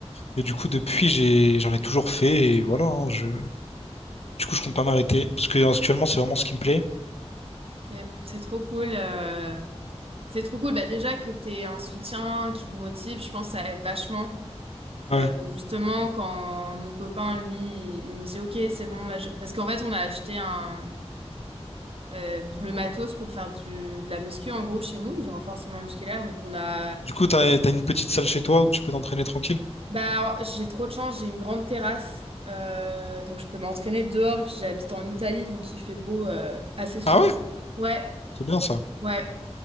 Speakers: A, on the left; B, on the right.
A: Et du coup depuis j'ai j'en ai toujours fait et voilà, hein, je Du coup, je compte pas m'arrêter parce que actuellement, c'est vraiment ce qui me plaît.
B: Ok, C'est trop cool. euh, C'est trop cool. Bah déjà que tu un soutien qui te motive, je pense que ça aide vachement.
A: Ouais.
B: Euh, justement, quand mon copain, lui, il me dit, OK, c'est bon, là, je- parce qu'en fait, on a acheté un, euh, le matos pour faire du, de la muscu, en gros, chez nous, du renforcement musculaire. Donc, on a,
A: Du coup, t'as, t'as une petite salle chez toi où tu peux t'entraîner tranquille.
B: bah, j'ai trop de chance, j'ai une grande terrasse, euh, donc je peux m'entraîner dehors. Et puis, j'habite en Italie, donc il fait beau, euh, assez souvent.
A: Ah ouais?
B: Ouais,
A: C'est bien ça.
B: ouais.